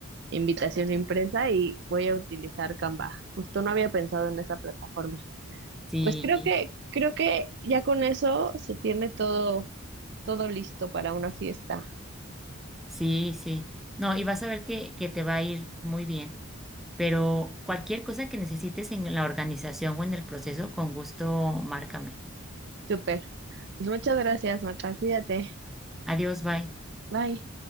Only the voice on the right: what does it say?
invitación impresa y voy a utilizar Canva. Justo no había pensado en esa plataforma.
Pues creo que, creo que ya con eso se tiene todo, todo listo para una fiesta.
Súper. Pues muchas gracias, Marta. Cuídate.
Bye.